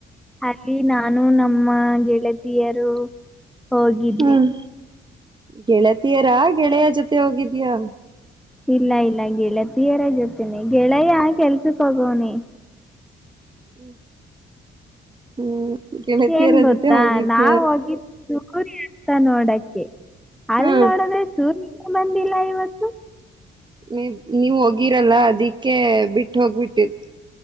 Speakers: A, in the centre; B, on the right.
A: ಅಲ್ಲಿ ನಾನು ನಮ್ಮ ಗೆಳತಿಯರು ಹೋಗಿದ್ವಿ
B: ಹ್ಮ್ ಗೆಳತಿಯರಾ ಗೆಳೆಯ ಜೊತೆ ಹೋಗಿದ್ಯಾ.
A: ಇಲ್ಲ ಇಲ್ಲ ಗೆಳತೀಯರ ಜೊತಿನೆ ಗೆಳೆಯ ಕೆಲಸುಕ್ ಹೋಗೋನೆ.
B: <inaudible> ಹ್ಮ್ ಗೆಳತಿಯರ
A: ಏನ್ ಗೊತ್ತಾ
B: ಜೊತೆ ಹೋಗಿದ್ದ
A: ನಾವ್ ಹೋಗ <unintelligible> ಅಂತ ನೋಡಕ್ಕೆ ಅಲ್ಲಿ
B: ಹಾ
A: ನೋಡದ್ರೆ ಸೂರ್ಯ ಬಂದಿಲ್ಲ ಇವತ್ತು.
B: ನೀ ನೀವ ಹೋಗಿರಲ್ಲ ಅದಿಕ್ಕೆ ಬಿಟ್ಟ ಹೋಗ್ಬಿಟ್ಟಿದ್.